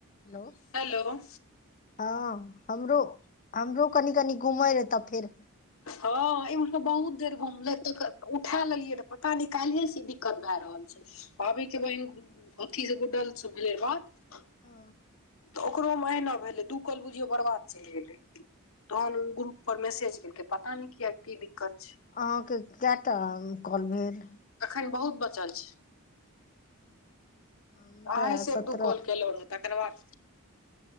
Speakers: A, on the left; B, on the left.
A: हेलो।
B: हेलो।
A: हँ हमरो हमरो कनि कनि घुम रहे तऽ फिर।
B: हँ ई। बहुत देर घुमले तऽ उठा लेलियै तऽ पता न काले से दिक्कत भए रहल छै। भावी के बहिन डर अथी से गुडल से भेले या बात।
A: ओ।
B: तऽ ओकरो मे अहिना भेलै दू कल बुझियौ बर्बाद चलि गेलै तहन ओ ग्रुप पर मैसेज केलके। पताा नै कियै की दिक्कत छैय।
A: अहाँके केटा हन कॉल भेल।
B: अखन बहुत बचल छै।
A: हमरा
B: आइ -से एक
A: सत्रह
B: दू कॉल केलो रहो तकर बाद।